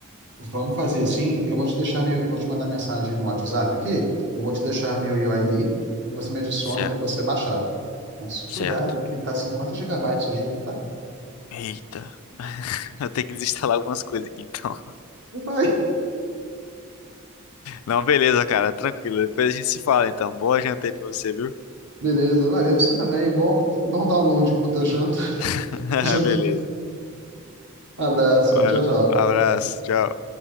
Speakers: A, on the right; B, on the left.
A: Vamos fazer assim. Eu vou te deixar meu, eu vou te mandar mensagem no WhatsApp aqui. Eu vou te deixar meu UID e você me adiciona
B: Certo,
A: depois que você baixar. Mas
B: certo.
A: cuidado, que tá 50 gigabytes o jogo, tá?
B: Eita. <laughs> Eu tenho que desinstalar algumas coisas aqui então.
A: Vai. <laughs>
B: Não, beleza, cara. Tranquilo. Depois a gente se fala, então. Boa janta aí pra você, viu?
A: Beleza, valeu você também. Bom, bom download enquanto eu janto. <laughs>
B: <laughs>
A: Jogue.
B: Beleza.
A: Abraço,
B: Valeu.
A: tchau, tchau.
B: Abraço. Tchau.